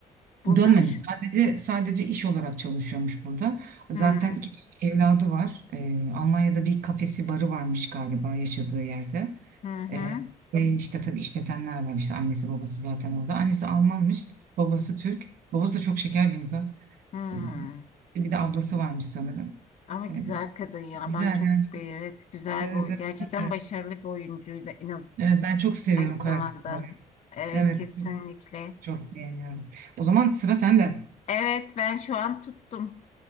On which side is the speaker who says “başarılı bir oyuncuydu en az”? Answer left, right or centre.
Left